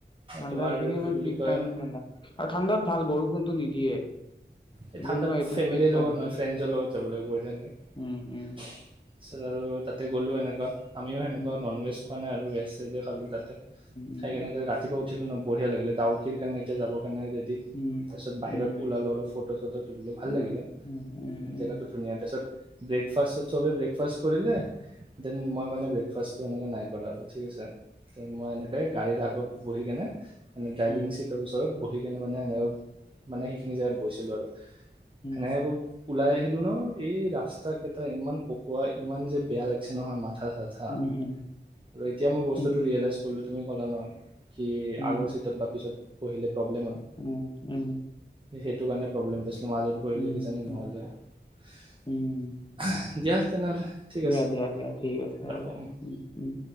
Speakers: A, on the left (about 25°); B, on the right (about 30°).
A: ঠাণ্ডা
B: তোমাৰ
A: সেইখিনি
B: কি
A: সময়
B: বুলি
A: পিক
B: কয়
A: টাইম ঠাণ্ডা আৰু ঠাণ্ডাত ভাল বৰষুণটো নিদিয়ে।
B: এই
A: কিন্তু
B: ঠাণ্ডাত
A: তোমাৰ এইটো
B: ফেমিলিৰ
A: পিক
B: লগত
A: টাইম
B: নহয়
A: হয়
B: ফ্ৰেণ্ডছৰ লগত যাব লাগিব এইকাৰণে।
A: উম, উম।
B: তাৰছত আৰু তাতে গ'লো এনেকুৱা, আমিও সেনেকুৱা
A: উম
B: নন ভেজ খোৱা নাই আৰু ভেজ চেজে খালোঁ তাতে।
A: উম
B: খাই কেনে ৰাতিপুৱা উঠিলোঁ ন বঢ়িয়া লাগিলে, ঢাউকিৰ কাৰণে এতিয়া যাব কাৰণে যদি
A: উম
B: তাৰপিছত বাহিৰত
A: উম
B: ওলালো অলপ ফটো চটো তুলিলো ভাল
A: উম
B: লাগিলে।
A: উম উম উম
B: জেগাটো ধুনীয়া তাৰপিছত ব্ৰেকফাষ্টত চবে ব্ৰেকফাষ্ট কৰিলে দেন মই মানে ব্ৰেকফাষ্টটো এনেকে নাই কৰা আৰু ঠিক আছে। মই এনেকে গাড়ীৰ আগত বহি কেনে মানে ড্ৰাইভিং
A: উম
B: চিট টোৰ ওচৰত বহি কিনে মানে সেনেকৈ মানে সেইখিনি জেগাত বৈছিলোঁ আৰু
A: উম
B: সেনেক আকৌ ওলাই আহিলোঁ ন' এই ৰাস্তাকেইটা ইমান পকোৱা ইমান যে বেয়া লাগিছে নহয় মাথা চাথ থা
A: উম উম উম
B: আৰু এতিয়া মই বস্তুটো
A: উম
B: ৰিয়েলাইজ কৰিলোঁ তুমি ক'লা নহয়। কি
A: উম
B: আগৰ
A: উম
B: চিটত বা পিছত বহিলে প্ৰব্লেম হয়।
A: উম, উম।
B: সেইটো কাৰণে প্ৰব্লেম পাইছিলোঁ, মাজত বহিলে
A: উম
B: কিজানি নহ'লে হয়।
A: উম।
B: দিয়া তেনেহ'লে। ঠিক
A: দিয়া
B: আছে
A: দিয়া দিয়া ঠিক আছে
B: ৰাখোঁ
A: হ'ব, উম, উম।